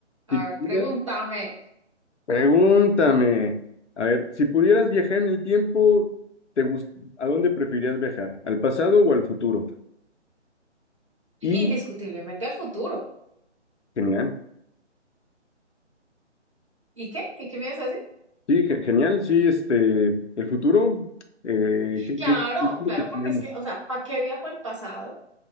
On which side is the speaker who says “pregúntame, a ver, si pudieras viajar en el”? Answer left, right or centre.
Left